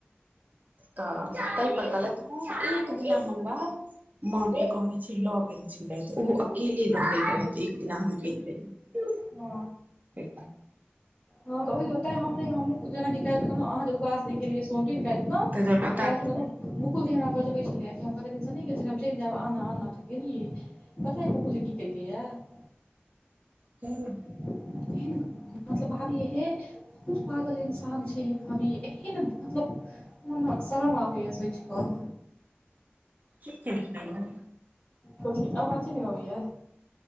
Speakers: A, on the right (about 40°); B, on the left (about 35°).
A: तऽ तहि पर कहलक उ एक दिना हमरा माँ के कहने छै लऽ गेल छै राति, ओहो अकेले ल गेल रहे। एक दिना हम गेल रही।
B: हँ हँ तऽ ओहि दुआरे तइं हम नहि हमहूं। जेनि कालहि अहाँ जे उपास के लिए सोमदिन काल्हिखेना तऽ
A: दुआरे पता
B: हम कल्हिखिना नऽ मुकुल दी हमरा बजबै छलै, कि हम कते दिनसँ नहि गेल छलियै, हम चलि जायब आने- आने त गेलियै। पतायै मुकुल दी की केलकैया हे।
A: कि?
B: एहन ग भाभी हे बहुत पागल इन्सान छै, ये भाभी एहेन मतलब हमरा शरम आबैये सोचि कऽ।
A: कि केलखिन यै?
B: कथि आवाजे नै अबैया।